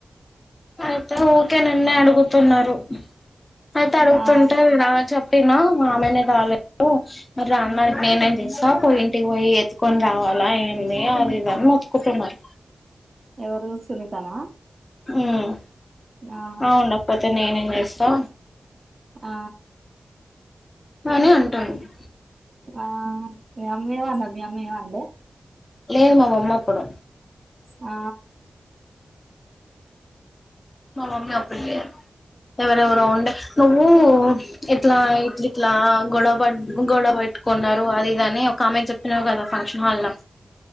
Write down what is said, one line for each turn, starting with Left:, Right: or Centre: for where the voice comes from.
Left: అయితే ఊకే నిన్నే అడుగుతున్నారు అయితే అడుగుతుంటే
Right: ఆ
Left: రా చెప్ప ట్టినా మా ఆమెనే రాలేదు రాన్నాడు నేనేం చేస్తా పోయి ఇంటికి పోయి ఎత్తుకొని రావాల లా ఏంది అది ఇది అని మతుకుంటున్నార
Right: ఎవరు సునీతనా
Left: మ్
Right: ఆ
Left: ఆమె ఉండకపోతే నేనేం చేస్తా
Right: ఆ
Left: అని అంటుంది
Right: ఆ మీ అమ్మే ఎమన్నది మీ అమ్మ ఏం అనలే
Left: లేదు మా మమ్మి అప్పుడు
Right: ఆ
Left: మా మమ్మి అప్పుడు లేదు ఎవరెవరో ఉండే నువ్వు ఇట్లా ఇట్లి ఇట్లా గొడవ బడ గొడవ బడి కొందరు అది గాని ఒక ఆమెకి చెపిన్నావ్ కదా ఫంక్షన్ హాల్ లా